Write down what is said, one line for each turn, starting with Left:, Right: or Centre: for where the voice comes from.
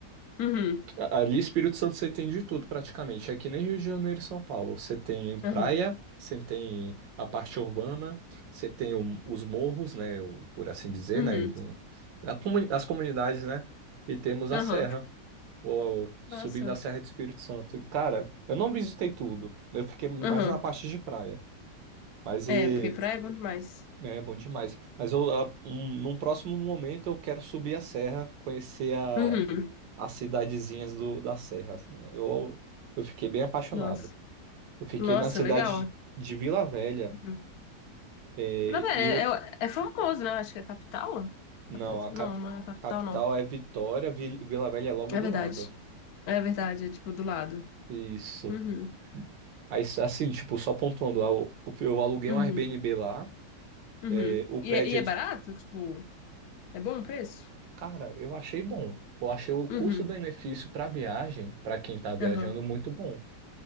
Left: Uhum.
Right: A- Ali, Espírito Santo, você tem de tudo praticamente. É que nem Rio de Janeiro e São Paulo. Você tem
Left: Aham.
Right: praia, você tem a parte urbana, você tem o- os morros, né? o- por assim dizer,
Left: Uhum.
Right: né? o- a comuni- as comunidades, né? E temos
Left: Aham.
Right: a serra, ou, subindo
Left: Nossa.
Right: a Serra de Espírito Santo. E, Cara, eu não visitei tudo. né, Eu fiquei mais
Left: Aham.
Right: na parte de praia. Mas e-
Left: É, porque praia é bom demais.
Right: né, é bom demais. Mas eu, a- um- num próximo momento eu quero subir a serra, conhecer a
Left: Uhum.
Right: as cidadezinhas do, da Serra. assim. né? Eu, eu fiquei bem apaixonado.
Left: Nossa.
Right: Eu fiquei
Left: Nossa,
Right: na cidade
Left: legal.
Right: de Vila Velha,
Left: Uhum.
Right: eh,
Left: Pra- ver,
Right: e
Left: É,
Right: o,
Left: é, é famoso, né? Acho que é capital.
Right: não,
Left: Capaz-
Right: a
Left: Não,
Right: cap-
Left: não é a capital,
Right: capital
Left: não.
Right: é Vitória, Vi- Vila Velha é logo
Left: É
Right: do
Left: verdade.
Right: lado.
Left: É verdade, é tipo do lado.
Right: Isso.
Left: Uhum,
Right: Aí, assim, tipo, só pontuando, eu, eu aluguei
Left: uhum,
Right: um Airbnb lá,
Left: uhum.
Right: eh, o
Left: E
Right: prédio
Left: é, e é
Right: é de...
Left: barato? Tipo, é bom o preço?
Right: Cara, eu achei bom. Eu achei o custo-benefício
Left: Uhum,
Right: para viagem, para quem tá viajando,
Left: aham.
Right: muito bom.